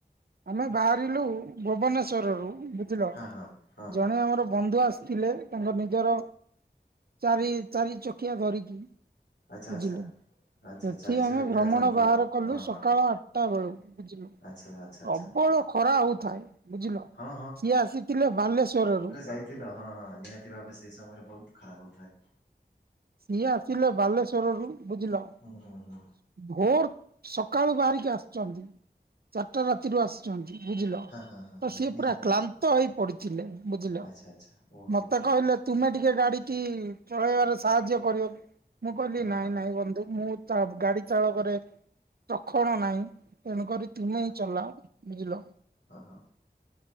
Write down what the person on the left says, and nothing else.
ହଁ ହଁ ହଁ
ହଁ
ଆଚ୍ଛା
ଆଚ୍ଛା।
ଆଚ୍ଛା ଚାରି ଚକିଆ
ଯନ୍ତ୍ର
ହଁ
ହଁ ହଁ
ଆଚ୍ଛା ଆଚ୍ଛା ଆଚ୍ଛା।
ହଁ
ପାଇଥିଲ ହଁ ହଁ ନିହାତି ଭାବେ ସେଇ ସମୟରେ ବହୁତ ଖରାପ ହଉଥାଏ।
ହୁଁ ହୁଁ ହୁଁ
ହଁ ହଁ ହଁ
ହଁ
ନିହାତି
ନିହାତି
ଆଚ୍ଛା ଆଚ୍ଛା ଓହୋ
ହୋ ହୋ।
ହଁ
ହଁ।
ହଁ